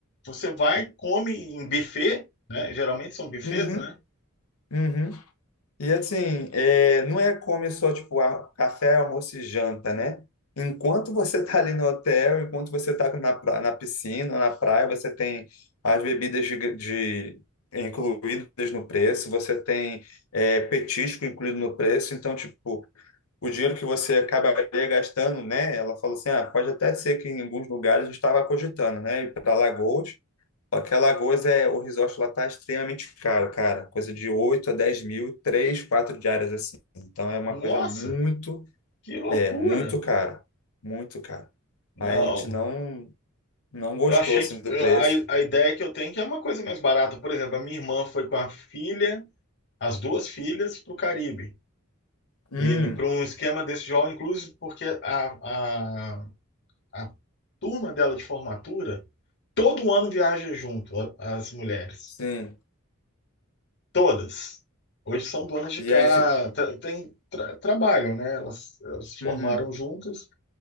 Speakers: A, on the left (about 55°); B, on the left (about 85°).
A: você vai, come em buffet, né? Geralmente são buffets,
B: Uhum,
A: né?
B: uhum. E assim, é, não é come só tipo a- café, almoço e janta, né? Enquanto você tá ali no hotel, enquanto você tá na, pra- na piscina, na praia, você tem as bebidas de, de- incluídas no preço, você tem é, petisco incluído no preço, então, tipo, o dinheiro que você acabaria gastando, né? Ela falou assim, ah, pode até ser que em alguns lugares a gente estava cogitando, né? Ir para Alagoas, só que Alagoas é, o resort lá tá extremamente caro, cara. Coisa de 8 a 10 mil, 3 4 diárias assim. Então é uma
A: Nossa,
B: coisa muito,
A: que loucura!
B: é, muito cara. Muito cara.
A: Não.
B: Aí a gente não, não gostou,
A: Eu achei
B: assim,
A: que
B: do
A: eu-
B: preço.
A: a, a ideia que eu tenho é que é uma coisa mais barata. Por exemplo, a minha irmã foi com a filha. as duas filhas para o Caribe.
B: Hum,
A: E para um esquema desse jovem, inclusive porque a, a, a turma dela de formatura, todo ano viaja junto, as mulheres.
B: sim.
A: Todas. Hoje são donas de
B: E
A: casa,
B: aí, fi-
A: tra- tem- tra- trabalham, né? Elas, elas se formaram
B: uhum,
A: juntas